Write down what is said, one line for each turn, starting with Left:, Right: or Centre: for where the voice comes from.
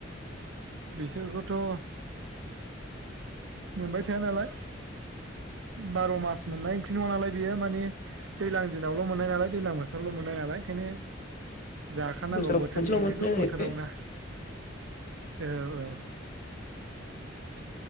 Right: बिसोरखौथ' मोनबाय थाया नालाय बार मास मोननाय ओंख्रि नङा नालाय बेयो माने दैज्लां दिनावल मोन नालाय दैज्लां बोथोरावल मोनो नालाय ओंखायनो जाखानांगौ
Left: बोसोराव
Right: बोथोरनि
Left: खनसेल'
Right: ओंख्रिखौ
Left: मोनो जाहैबाय
Right: बोथोरावनो औ औ